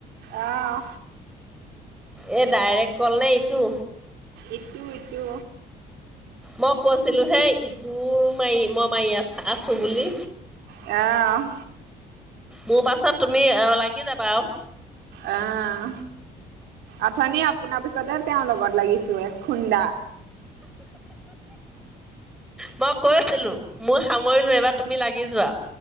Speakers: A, on the right; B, in the centre.
A: আহ
B: এ ডাইৰেক্ট কল নে ইটো।
A: ইটো ইটো।
B: মই কৈছিলো হেই ইটো মাৰি মই মাৰি আছ আছো বুলি।
A: অঁ।
B: মোৰ পাছত তুমি আহ লাগি যাবা আৰু।
A: অঁ, আথনি আপোনাৰ পিছত। পিছতে তেওঁৰ লগত লাগিছো এক খুন্দা।
B: মই কৈ আছিলো মই সামৰিলো এইবাৰ তুমি লাগি যোৱা।